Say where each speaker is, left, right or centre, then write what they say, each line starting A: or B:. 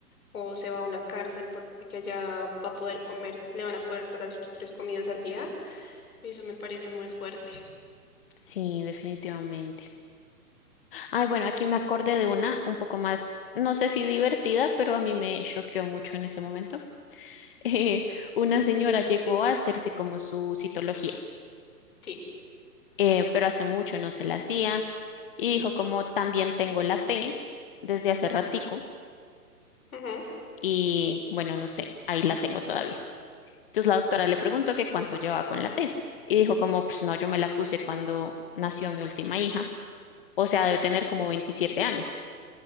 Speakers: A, on the left; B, on the left.
A: o se va a una cárcel por- porque allá va a poder comer, le van a poder dar sus tres comidas al día. Y eso me parece muy fuerte.
B: Sí, definitivamente. Ay, bueno, aquí me acordé de una un poco más, no sé si divertida, pero a mí me choqueó mucho en ese momento. eh, una señora llegó
A: Eh,
B: a hacerse como su citología,
A: sí.
B: eh, pero hace mucho no se la hacía y dijo como también tengo la T desde hace ratico
A: Ujú.
B: y bueno, no sé, ahí la tengo todavía. Entonces la doctora le preguntó que cuánto llevaba con la T y dijo como pues no, yo me la puse cuando nació mi última hija, o sea, debe tener como 27 años.